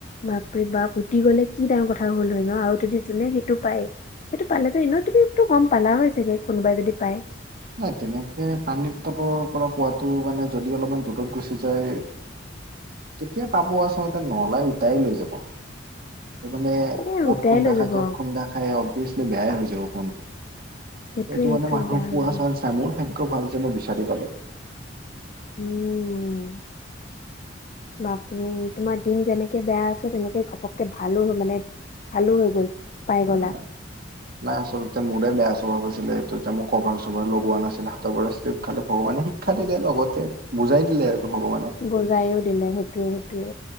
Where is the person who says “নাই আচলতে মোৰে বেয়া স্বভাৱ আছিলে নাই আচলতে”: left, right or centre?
Right